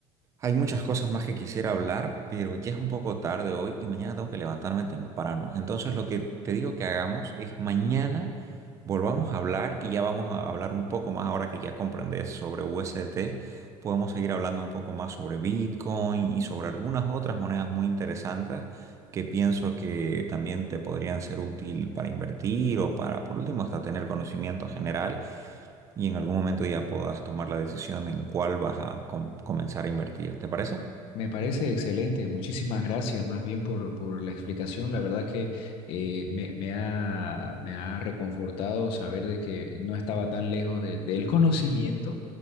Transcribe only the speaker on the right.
Hay muchas cosas más que quisiera hablar, pero ya es un poco tarde hoy y mañana tengo que levantarme temprano. Entonces lo que te digo que hagamos es mañana volvamos a hablar y ya vamos a hablar un poco más ahora que ya comprendes sobre USDT. Podemos seguir hablando un poco más sobre Bitcoin y sobre algunas otras monedas muy interesantes que pienso que también te podrían ser útil para invertir o para, por último, hasta tener conocimiento general y en algún momento ya puedas tomar la decisión en cuál vas a com- comenzar a invertir. ¿Te parece?